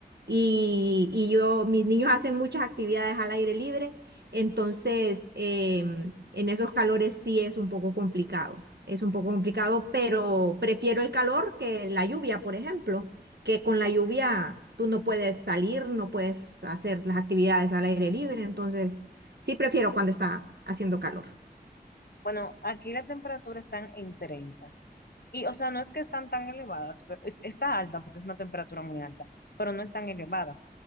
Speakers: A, on the right (about 85°); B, on the left (about 70°).
A: Y, y yo, mis niños hacen muchas actividades al aire libre entonces, em, en esos calores sí es un poco complicado, es un poco complicado, pero prefiero el calor que la lluvia, por ejemplo, que con la lluvia tú no puedes salir, no puedes hacer las actividades al aire libre, entonces sí prefiero cuando está haciendo calor.
B: Bueno, aquí la temperatura están en treinta Y, o sea, no es que están tan elevadas, pero es- está alta porque es una temperatura muy alta, pero no es tan elevada.